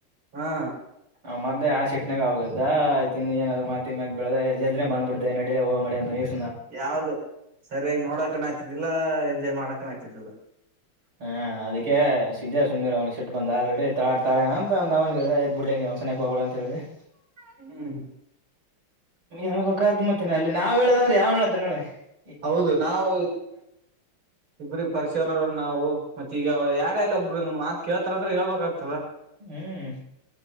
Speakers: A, on the right; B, on the right.
A: ಹಾ
B: <inaudible> ಆ ಮೊದಲೇ ಆಸಿಡ್ನಾಗ, ಇತ್ಯೆಂಧ, ಎನ್ನುವಾದರೂ, ಮಾಡಬೇಕು. <inaudible> ಬೆಳ್ಳಗೆ, ಬೆಳದೆ ಜಲ್ದಿನ ಬಂದುಬಿಡುತ್ತಾನೆ, ನಾಡಿರಿ, ಬೇಗ, ನಡೀರಿಯಾನುತ್ತಾನೆ, ಎಸ್ಟು.. <unintelligible>
A: ಯಾವ್ದ, ಸರಿಯಾಗಿ, ನೋಡಕನ, ಆ್ತದ್ದಿಲ್ಲ ಎಂಜಾಯ್, ಮಾಡಕನ ಆ್ತದ್ದಿಲ್ಲ? <inaudible>
B: ಹಾ, ಅದಕ್ಕೆ ಸಿದ್ಯ, ಸುಮ್ನೀರು, ಅವ್ನಿಗೆ ಸಿಟ್ ಬಂದ, ಆಲ್ರೆಡಿ ತಾತಾಳೆನ, ಅಂತಂದ ಅವನ. <inaudible> ಅಯ್ತು, ಹೇಳದೇ,, ಬಿಡ್ಳ್ಳ, ನೀ ಒ್ಸನ ಹೋಗ ಅಂತ ಹೇಳಿದೇ? <unintelligible>
A: ಹ್ಮ್. <unintelligible>
B: ಹೇಳಬೇಕು, ಮತ್ತೇನ ಅಲ್ಲಿ ನಾವ್ ಹೇಳದಂದ್ರೆ ಯಾವ್ನ್ ಹೇಳತನೆ, ಅಲ್ಲಿ. <inaudible>
A: ಹೌದು, ನಾವು ಇಬ್ರ ಪರಿಚರ, ನಾವು ಮತ್ತ ಈಗ ಯ. <inaudible> ಇಲ್ಲ, ಒಬ್ಬರು, ಮಾತುಕೇಳುತ್ತಾರಾಂದ್ರೆ, ಹೇಳಬೇಕು, ಹಾಗುತ್ಹಾಧೆ. <unintelligible>
B: ಹ್ಮ್.